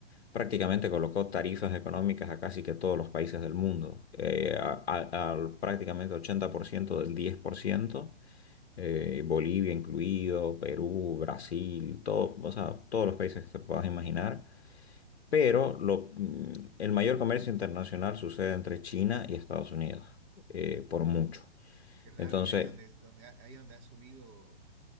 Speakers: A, on the left; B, on the right.
A: prácticamente colocó tarifas económicas a casi que todos los países del mundo, eh, a- a- al prácticamente 80% del diez por ciento eh, Bolivia incluido, Perú, Brasil, todo, o sea, todos los países que te puedas imaginar. Pero lo- mm, el mayor comercio internacional sucede entre China y Estados Unidos, eh, por mucho.
B: Claro,
A: Entonces,
B: y ahí es donde, donde, ahí es donde ha subido